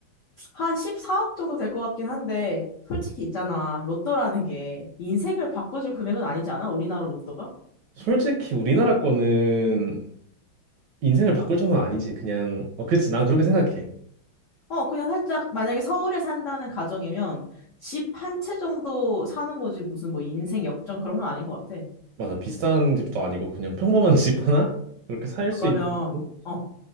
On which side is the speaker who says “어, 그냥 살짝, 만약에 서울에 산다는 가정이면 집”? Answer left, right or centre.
Left